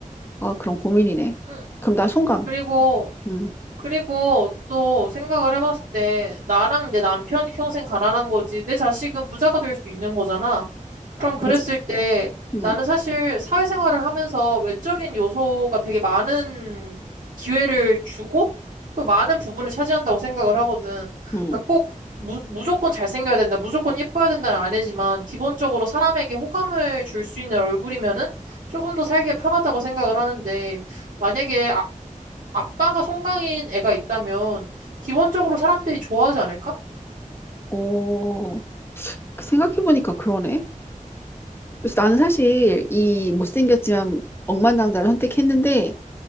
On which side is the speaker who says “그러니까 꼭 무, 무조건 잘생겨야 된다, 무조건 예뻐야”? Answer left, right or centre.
Right